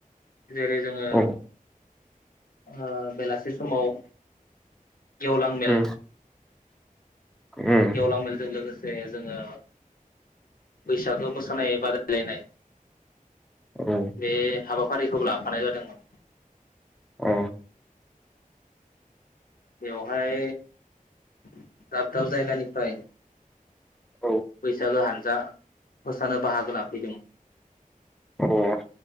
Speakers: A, on the left; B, in the centre.
A: जेरै जोङो
B: औ
A: ओ बेलासि समाव गेवलां
B: उम
A: मेल
B: उम
A: गेवलां मेलजों लोगोसे जोङो बैसागो मोसानाय बादाय लायनाय
B: उम
A: बे हाबा हाबाफारिखौ लाफानाय जादोंमोन।
B: औ
A: बेवहाय दाब दाब जायगानिफ्राय
B: औ
A: बैसागो हानजा मोसानो बाहागो लाफैदों
B: अह